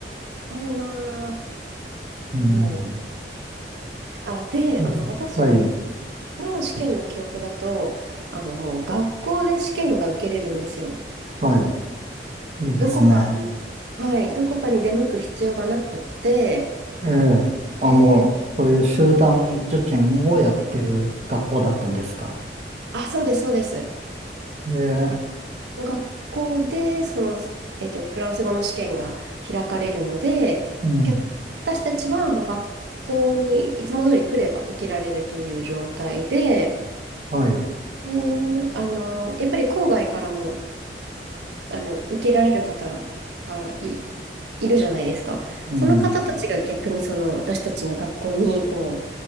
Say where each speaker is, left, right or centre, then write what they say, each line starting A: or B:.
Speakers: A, on the right; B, on the right.
A: 高いな
B: うん。
A: ぁ。はい。あ、で、
B: そうそうはい。
A: あの、私の試験の記憶だと、あの、もう学校で試験が受けれるんですよ。
B: はい。いいですね。
A: どこかに、はい、どこかに出向く必要がなくって、
B: ええ。あ、
A: えー
B: もう、そういう集団受験をやってる学校だったんですか。
A: あ、そうです、そうです。
B: ええ。
A: あ学校で、その、えっと、フランス語の試験が開かれるので、
B: うん。
A: 逆私たちはもう学校にいつも通り来れば受けられるという状態で、
B: はい。
A: えーあの、やっぱり郊外からも、あの、受けられる方がい、いるじゃないですか。
B: うん。
A: その方たちが逆にその私たちの学校にこ